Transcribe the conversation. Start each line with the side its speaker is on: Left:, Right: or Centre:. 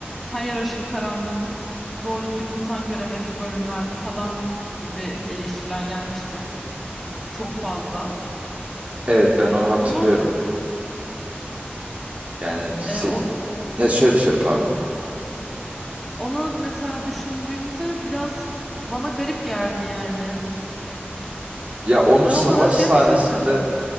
Centre: Her yer aşırı karanlık. Doğru düzgün insan göremedik bölümlerde falan gibi eleştiriler gelmişti. Çok fazla.
Right: Evet ben onu hatırlıyorum.
Centre: Onu
Right: Yani sek
Centre: e, o,
Right: ya şöyle şöyle pardon.
Centre: Onu mesela düşündüğümde biraz bana garip geldi yani.
Right: Ya onu
Centre: Ben
Right: savaş
Centre: o kadar siyah
Right: sahnesinde
Centre: hissetmedim.